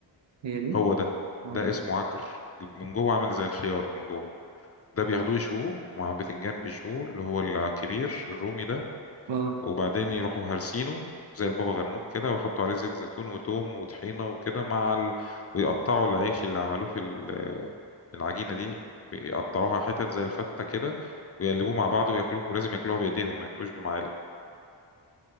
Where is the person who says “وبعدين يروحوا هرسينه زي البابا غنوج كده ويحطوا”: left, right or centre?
Left